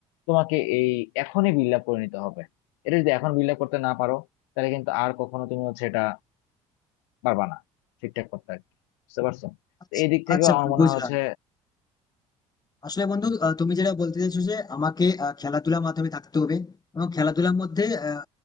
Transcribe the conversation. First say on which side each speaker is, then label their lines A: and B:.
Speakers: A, on the left; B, on the left.
A: তোমাকে এই এখনই বিল্ড আপ করে নিতে হবে এটা যদি এখন বিল্ড আপ করতে না পারো তাহলে কিন্তু আর কখনো তুমি হচ্ছে এটা পারবা না ঠিকঠাক করতে আর কি। বুঝতে পারছো
B: আচ্ছা
A: তো এই দিক থেকেও
B: আচ্ছা বন্ধু
A: আমার মনে
B: বুঝলাম
A: হয় হচ্ছে
B: আসলে বন্ধু আহ, তুমি যেটা বলতে চাইছো যে আমাকে আহ, খেলাধুলার মাধ্যমে থাকতে হবে এবং খেলাধুলার মধ্যে আহ,